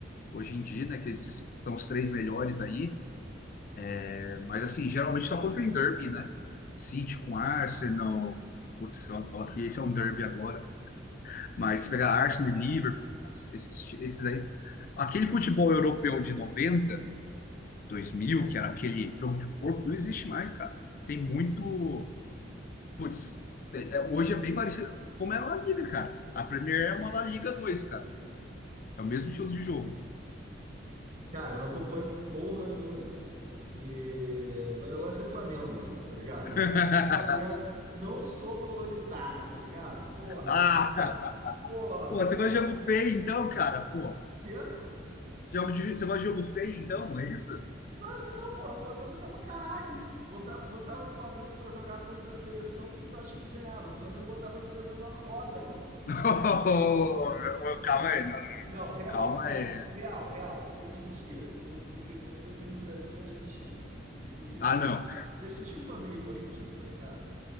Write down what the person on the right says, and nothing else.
Cara, eu não acompanho porra nenhuma disso, porque meu negócio é Flamengo, meu irmão, tá ligado?
Meu negócio é Flamengo, não sou colonizado, tá ligado? Porra,
não- porra.
Quê?
Claro que não, porra. Flamengo joga pra caralho. Bota- Botava o Flamengo pra jogar contra a seleção, quem tu acha que ganhava? O Flamengo botava a seleção na roda, maluco.
Não, real,
não,
real, real. Hoje em dia, com, com o que você viu em Brasil e Argentina, e com o que você.
Você assistiu Flamengo e Corinthians, por acaso?